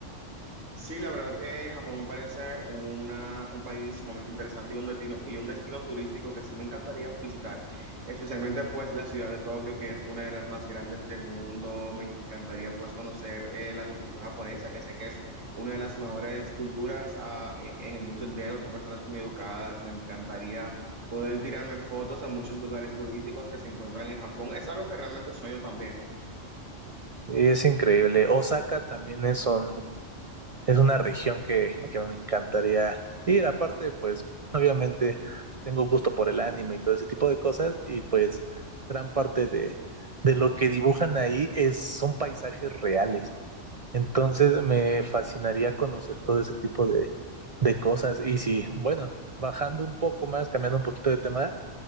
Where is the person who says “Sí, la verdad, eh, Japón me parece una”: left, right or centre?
Right